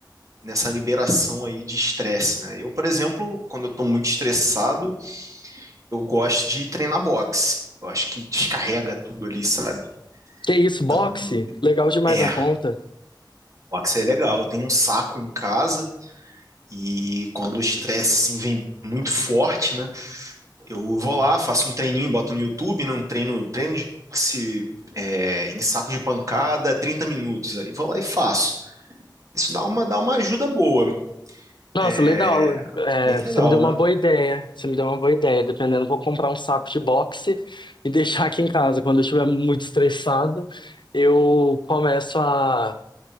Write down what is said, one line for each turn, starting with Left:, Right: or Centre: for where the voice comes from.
Right: nessa liberação aí de estresse, né? Eu, por exemplo, quando eu estou muito estressado, eu gosto de treinar boxe. Eu acho que descarrega tudo ali, sabe?
Left: Que isso, boxe?
Right: Então,
Left: Legal demais
Right: é,
Left: na conta.
Right: boxe é legal. Eu tenho um saco em casa e quando o estresse assim, vem muito forte, né? Eu vou lá, faço um treininho, boto no YouTube, não treino, treino de boxe é, em saco de pancada, 30 minutos. Aí vou lá e faço. Isso dá uma, dá uma ajuda boa.
Left: Nossa,
Right: É
Left: legal. É,
Right: bem legal,
Left: você me deu
Right: né?
Left: uma boa ideia. Você me deu uma boa ideia. Dependendo, vou comprar um saco de boxe e <laughs> deixar aqui em casa. Quando eu estiver muito estressado, eu começo a